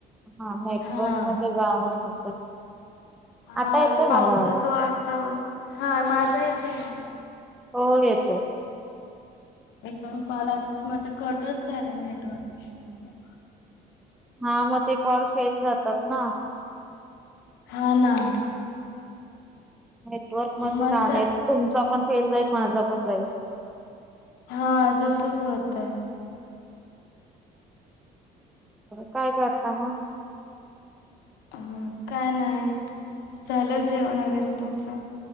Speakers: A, in the centre; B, on the left.
A: हा नेटवर्क
B: हा.
A: मध्ये जावं <unintelligible> आता
B: हार
A: येतोय
B: पावसाचं
A: माझा आवाज?
B: वातावरण हा माझा येतोय ना आवाज
A: हो येतोय
B: एक दोन कॉल असच माझ कटच झालंय नेटवर्क इशू मुळे.
A: हा मग ते कॉल फेल जातात ना.
B: हो ना.
A: नेटवर्क मध्ये
B: मग
A: रा
B: ते
A: नाही तर तुमचा पण फेल जाईल माझा पण जाईल.
B: हा तसच होतय.
A: काय करता मग?
B: अ काय नाही झालं जेवण वगैरे तुमचं?